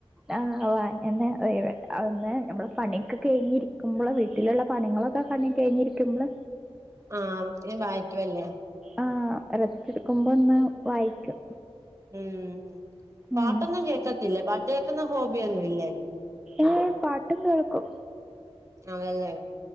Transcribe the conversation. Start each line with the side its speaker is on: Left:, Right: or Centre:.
Centre: ആഹ് വായെന്നെ ഒയ്വ് <unintelligible> നമ്മള് പണിയെക്കെ കഴിഞ്ഞിരിക്കുമ്പള് വീട്ടിലുള്ള പണികളൊക്കെ കണ്ണി കഴിഞ്ഞിരിക്കുമ്പള്
Right: ആഹ് <unintelligible> വായിക്കുവല്ലേ
Centre: ആഹ് റെസ്റ്റ് എടുക്കുമ്പോ ഒന്ന് വായിക്കും.
Right: ഉം പാട്ടൊന്നും
Centre: ഉം
Right: കേക്കത്തില്ലേ പാട്ട് കേക്കുന്ന ഹോബിയൊന്നും ഇല്ലേ
Centre: ഏഹ് പാട്ടും കേൾക്കും.
Right: ആണല്ലേ